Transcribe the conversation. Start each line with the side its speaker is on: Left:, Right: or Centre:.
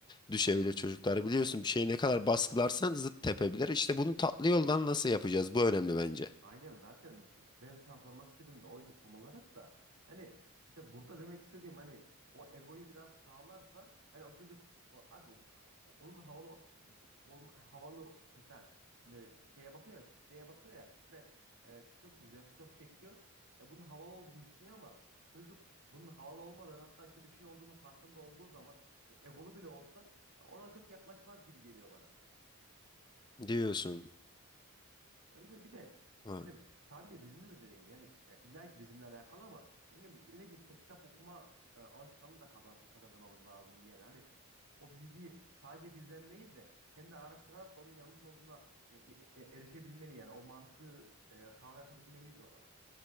Left: düşebilir çocuklar. Biliyorsun bir şeyi ne kadar baskılarsan zıt tepebilir. İşte bunu tatlı yoldan nasıl yapacağız? Bu önemli bence.
Right: Aynen zaten benim sana sormak istediğim de oydu tam olarak da. Yani işte burada demek istediğim hani o egoyu biraz sağlarsa hani o çocuk o, abi o- onun havalı o, havalı mesela e, şeye bakıyor kitleye bakıyor ya kitle e, TikTok izliyor TikTok çekiyor. E, bunun havalı olduğunu düşünüyor ama çocuk bunun havalı olmadan hatta kötü bir şey olduğunun farkında olduğu zaman e, egolu bile olsa e, ona çok yaklaşmaz gibi geliyor bana.
Left: Diyorsun.
Right: Ya bir de bir de
Left: Ha.
Right: hani sadece bizimle de değil yani e, illa ki bizimle alakalı ama yani ne bileyim mesela kitap okuma e, alışkanlığı da kazan, kazandırmamız lazım bir yerde. Hani o bilgiyi sadece bizden değil de kendi araştırarak da onun yanlış olduğuna e, bir e, e, erişebilmeli yani o mantığı e, kavratabilmeliyiz ona.